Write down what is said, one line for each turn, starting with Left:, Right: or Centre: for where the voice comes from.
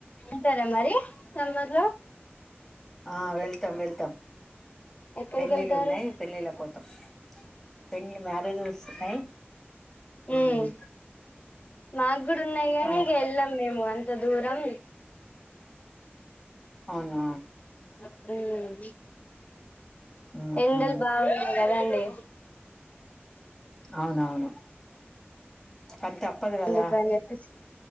Left: వెళ్తారా మరి సమ్మర్ లో
Centre: ఆ వెళ్తాం వెళ్తాం
Left: ఎక్కడికి
Centre: పెళ్లిళ్లు
Left: వెళ్తారు
Centre: ఉన్నాయి పెళ్లిళ్ల కు పోతాం పెన్నీ మారేజల్స్ ఉన్నాయి
Left: మ్
Centre: మ్మ్
Left: మాకు కూడా ఉన్నాయి కానీ
Centre: ఆ
Left: ఇక వెళ్ళాం మేము అం త దూరం
Centre: అవునా
Left: మ్
Centre: మ్మ్
Left: ఎండలు
Centre: హ్మ్
Left: బాగున్నాయి కదండి
Centre: అవునవును కాని తప్పదు కదా
Left: ఎందుకని చెప్పేసి